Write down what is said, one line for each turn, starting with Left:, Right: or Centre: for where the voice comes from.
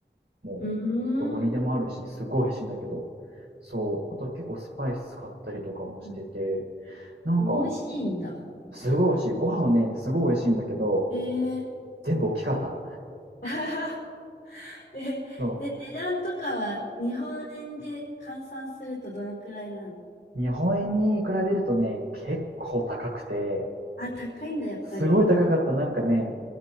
Right: もう、
Left: うーん。
Right: どこにでもあるし、すごい美味しいんだけど。そう。あと結構スパイス使ったりとかもしてて、
Left: うん
Right: なんか、
Left: 美味しいんだ。
Right: すごい美味しい。ご飯をね、すごい美味しいんだけど、
Left: へえ。
Right: 全部大きかった。
Left: <laughs> え、で、
Right: そ
Left: 値段とかは日本円で換算するとどのくらいなの
Right: う。日本円に比べるとね、結構高くて、
Left: あ、高いんだ、やっぱり。
Right: すごい高かった。なんかね、